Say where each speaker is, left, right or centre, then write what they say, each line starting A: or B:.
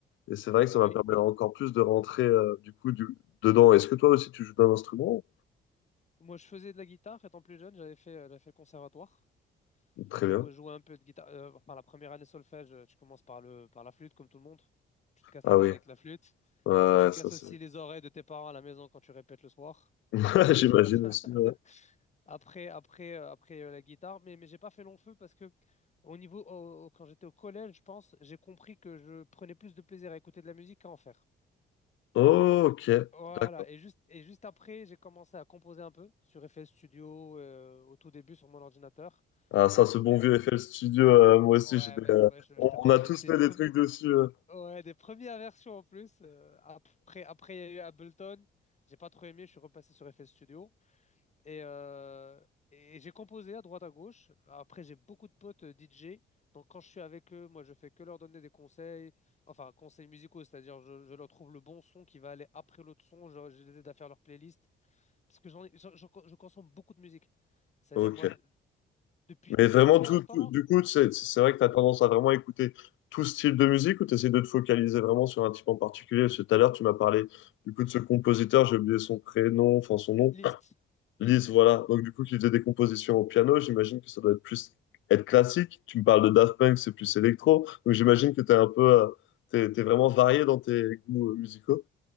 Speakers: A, on the left; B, on the left.
A: et c'est vrai que
B: Oui.
A: ça m'a permis encore plus de rentrer euh, du coup du, dedans. Est-ce que toi aussi tu joues d'un instrument?
B: Moi, je faisais de la guitare étant plus jeune, j'avais fait, euh, j'avais fait le conservatoire.
A: Très
B: Je
A: bien.
B: Jouais, un peu de guitare. euh, enfin, la première année solfège, euh, tu commences par le, par la flûte, comme tout le monde. Tu te casses
A: Ah
B: la tête
A: oui,
B: avec la flûte.
A: ouais, ouais,
B: Tu casses
A: ça c'est.
B: aussi les oreilles de tes parents à la maison quand tu répètes le soir.
A: <laughs>
B: Ça, c'est
A: J'imagine
B: sûr. <laughs>
A: aussi. ouais.
B: Après, après, euh, après euh, la guitare, mais, mais j'ai pas fait long feu parce que au niveau, au- au- quand j'étais au collège, je pense, j'ai compris que je prenais plus de plaisir à écouter de la musique qu'à en faire.
A: Oh, ok,
B: Voilà,
A: d'accord.
B: et juste, et juste après, j'ai commencé à composer un peu sur FL Studio, euh, au tout début sur mon ordinateur.
A: Ah, ça, ce bon
B: Euh,
A: vieux FL Studio, euh, moi aussi,
B: ouais,
A: j'ai des,
B: mais
A: euh,
B: moi, je,
A: on,
B: je te parlais
A: on a tous
B: des, des
A: fait
B: premiers,
A: des trucs dessus. euh.
B: ouais, des premières versions en plus. Euh, après, après, il y a eu Ableton. J'ai pas trop aimé, je suis repassé sur FL Studio. Et, euh, et j'ai composé à droite à gauche. Après, j'ai beaucoup de potes euh, DJ. Donc, quand je suis avec eux, moi, je fais que leur donner des conseils, enfin, conseils musicaux, c'est-à-dire, je, je leur trouve le bon son qui va aller après l'autre son. Je, je les aide à faire leur playlist. Parce que j'en, ai- j'en- j'en- je consomme beaucoup de musique. C'est-à-dire,
A: Ok.
B: moi, depuis,
A: Mais
B: depuis
A: vraiment,
B: très
A: tout,
B: longtemps,
A: tout- du coup, c'est c'est vrai que tu as tendance à vraiment écouter tout style de musique ou tu essaies de te focaliser vraiment sur un type en particulier? Parce que tout à l'heure, tu m'as parlé du coup de ce compositeur, j'ai oublié son prénom, enfin son nom,
B: liste. Liste.
A: Lise, voilà. Donc du coup, qui faisait des compositions au piano, j'imagine que ça doit être plus être classique. Tu me parles de Daft Punk, c'est plus électro. Donc j'imagine que tu es un peu, euh, t'es, t'es vraiment varié dans tes goûts euh, musicaux.